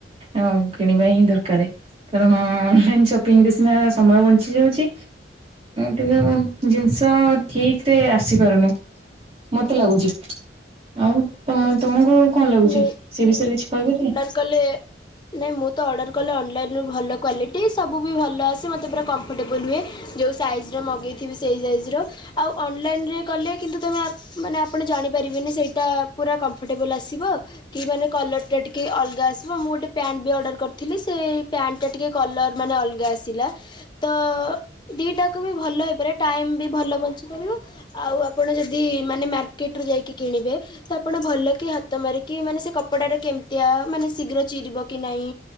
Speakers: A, on the right (about 35°); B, on the left (about 25°).
A: ହଉ କିଣିବା ହିଁ ଦରକାର। କାରଣ ଅନଲାଇନ ସପିଙ୍ଗରେ ସିନା ସମୟ ବଞ୍ଚି ଯାଉଛି କିନ୍ତୁ ଜିନିଷ ଠିକରେ ଆସିପାରୁନି ମୋତେ ଲାଗୁଛି ଆଉ ତ ତମକୁ କଣ ଲାଗୁଛି
B: ନାଇଁ
A: ସେ ବିଷୟରେ କିଛି କହିପାରିବେ
B: କଲେ ନହିଁ ମୁଁ ତ ଅର୍ଡ଼ର କଲେ ଅନଲାଇନ୍ ଭଲ କ୍ୱାଲିଟି ସବୁ ବି ଭଲଆସେ ମୋତେ ପୁରା କମ୍ଫର୍ଟେବୁଲ୍ ହୁଏ ଯେଉଁ ସାଇଜ୍ ମଗେଇଥିବି ସେଇ ସାଇଜ୍ ର ଆଉ ଅନଲାଇନେ କଲେ କିନ୍ତୁ ତୁମେ ମାନେ ଆପଣ ଜାଣିପାରିବେନି ସେଇଟା ପୁରା କମ୍ଫର୍ଟେବୁଲ୍ ଆସିବ ଥିବ କଲର ଟିକେ ଅଲଗା ଆସିବ ମୁଁ ଗୋଟେ ପ୍ୟାଣ୍ଟ ବି ଅର୍ଡ଼ୱେର କରିଥିଲି ସେ ଟା ଟିକେ କଲର ମାନେ ଅଲଗା ଆସିଲା ତ ଦିଟାକୁ ବି ଭଲ ହେଇପାରିବ ଟାଇମ ବି ଭଲ ବଞ୍ଚିପାରିବ ଆଉ ଆପଣ ଯଦି ମାନେ ମାର୍କେଟ ରୁ ଯାଇକି କିଣିବେ ତ ଆପଣ ଭଲ କି ତୁମରିକି ମାନେ ସେ କପଡ଼ାଟା କେମିତିଆ ମାନେ ଶୀଘ୍ର ଚିରିବ କି ନାହିଁ